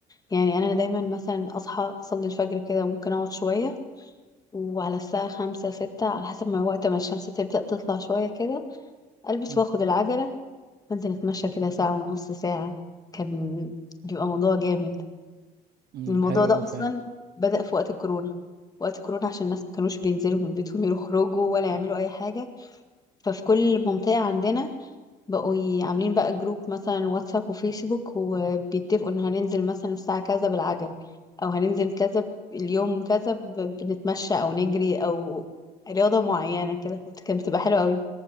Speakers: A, on the left; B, on the right.
A: يعني انا دايما مثلا اصحى اصلي الفجر كده وممكن اقعد شوية وعلى الساعة خمسة ستة على حسب ما وقت ما الشمس تبدأ تطلع شوية كده ألبس
B: مم.
A: وآخد العجلة وأنزل أتمشى كده ساعة ونص ساعة كان بيبقى موضوع جامد
B: مم.
A: الموضوع
B: حلو
A: ده
B: اوي
A: أصلا
B: فعلا
A: بدأ في وقت الكورونا وقت الكورونا عشان الناس ما كانوش بينزلوا من بيتهم يخرجوا ولا يعملوا أي حاجة ففي كل منطقة عندنا بقوا ي- عاملين بقى جروب مثلا واتساب وفيسبوك وبيتفقوا ان هننزل مثلا الساعة كذا بالعجل او هننزل كذا ب- اليوم كذا ب- بنتمشى او نجري او رياضة معينة كده كانت كانت بتبقى حلوة قوي